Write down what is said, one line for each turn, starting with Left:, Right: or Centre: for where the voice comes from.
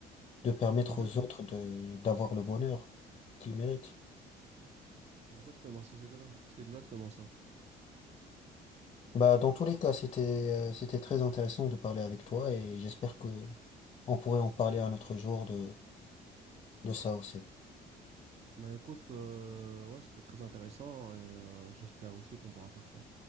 Left: de permettre
Right: Exactement,
Left: aux autres de, d'avoir le bonheur qu'ils méritent.
Right: exactement, c'est c'est exactement ça.
Left: Bah, dans tous les cas, c'était, euh, c'était très intéressant de parler avec toi et j'espère que On pourrait en parler un autre jour de, de ça aussi.
Right: Ben écoute, euh, ouais, c'était très intéressant et euh, j'espère aussi qu'on pourra faire ça.